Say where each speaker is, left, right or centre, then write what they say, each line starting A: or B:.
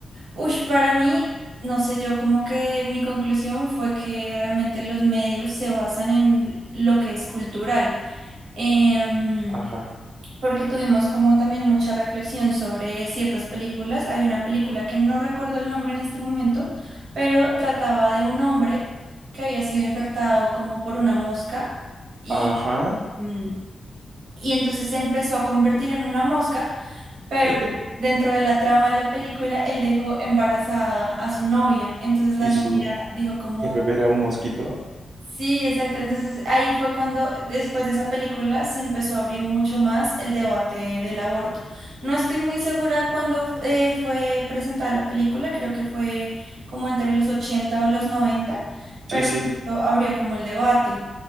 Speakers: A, on the right (about 80°); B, on the right (about 45°).
A: Uy, para mí, no sé, yo como que mi conclusión fue que realmente los medios se basan en lo que es cultural, Em,
B: Ajá.
A: porque tuvimos como también mucha reflexión sobre ciertas películas. Hay una película que no recuerdo el nombre en este momento, pero trataba de un hombre que había sido infectado como por una mosca y,
B: Ajá.
A: mm, y entonces se empezó a convertir en una mosca. Pero
B: <laughs>
A: dentro de la trama de la película, él dejó embarazada a su novia. Entonces la
B: Y
A: novia
B: su
A: dijo como,
B: y el bebé era un mosquito.
A: sí, exacto. Entonces ahí fue cuando después de esa película se empezó a abrir mucho más el debate del aborto. No estoy muy segura cuándo eh, fue presentada la película, creo que fue como entre los 80 o los noventa
B: Sí,
A: pero
B: sí,
A: pues, abrió como el debate.